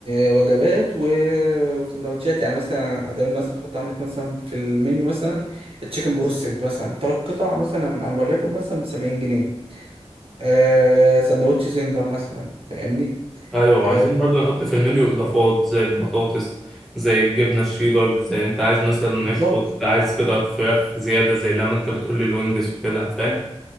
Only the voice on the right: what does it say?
آه وجبات و- وسندوتشات يعني مثلا هتعمل مثلا حط عندك مثلا في المنيو مثلا تشيكن بروستد مثلا تلات قطع مثلا انا وليكن مثلا ب 70 جنيه آه سندوتش زنجر مثلا فاهمني
آه
بالظبط